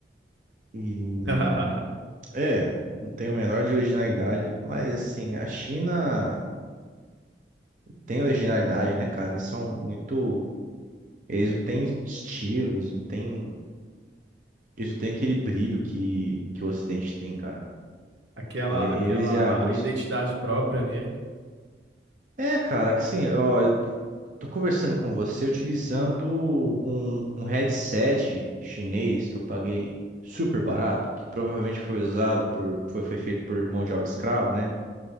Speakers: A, on the right (about 45°); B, on the right (about 80°).
A: E
B: <laughs>
A: É, não tem o menor de originalidade, mas assim, a China tem originalidade, né, cara? Eles são muito. Eles não têm estilo, eles não têm. Eles não têm aquele brilho que, que o Ocidente tem, cara.
B: Aquela,
A: É,
B: aquela
A: eles e a Rússia.
B: identidade própria, né?
A: É, cara, assim, ó, eu tô conversando com você utilizando um, um headset chinês que eu paguei super barato, que provavelmente foi usado por. Foi, foi feito por mão de obra escrava, né?